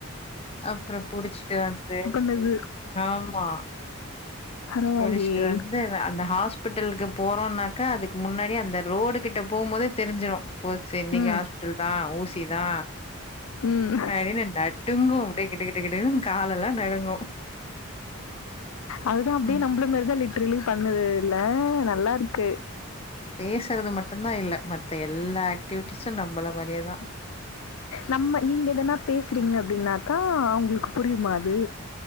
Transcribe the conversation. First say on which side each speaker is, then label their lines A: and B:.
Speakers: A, on the left (about 25°); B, on the left (about 85°).
A: அப்பறோ புடிச்சிட்டு வந்து
B: இது
A: ஆமா
B: பரவாயில்லையே!
A: முடிச்சிட்டு வந்து அந்த ஹாஸ் பிட்டலுக்கு போறோனாக்க அதுக்கு முன்னாடியே அந்த ரோடு கிட்ட போம்போதே தெரிஞ்சிரு போச்சு இன்னிக்கு
B: ம்.
A: ஹாஸ் பிட்டல்தா ஊசி தா
B: ம்.
A: அப்டின்னு நட் டுங்கு அப்டியே கிடுகிடுன் காலெல்லா நடுங்கு
B: அதுதா அப்டியே
A: ம்
B: நம்பளமாரிதா லிட்ரலி பண்ணுது இல்ல நல்லாருக்கு
A: பேசறது மட்டுதா இல்ல மத்த எல்லா ஆக்டிவிட்டிஸு நம்பள மாறியேதா
B: நம்ப நீங்க எதனா பேசுறீங்க அப்டின்னாக்கா அவுங்களுக்கு புரிமா அது